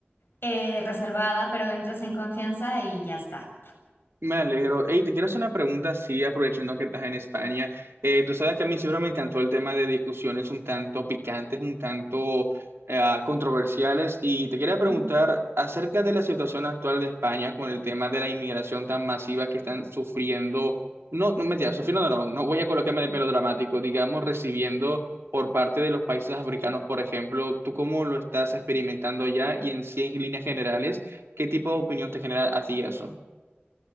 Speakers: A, on the left; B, on the right.
A: eh, reservada, pero entras en confianza y ya está.
B: Me alegro. Hey, te quiero hacer una pregunta, sí, aprovechando que estás en España. Eh, tú sabes que a mí siempre me encantó el tema de discusiones un tanto picantes, un tanto eh, controversiales, y te quería preguntar
A: Mm.
B: acerca de la situación actual de España con el tema de la inmigración tan masiva que están sufriendo, no, no mentira, sufriendo no, no voy a colocarme melodramático, digamos, recibiendo por parte de los países africanos, por ejemplo, ¿tú cómo lo estás experimentando ya y en cien líneas generales, qué tipo de opinión te genera a ti eso?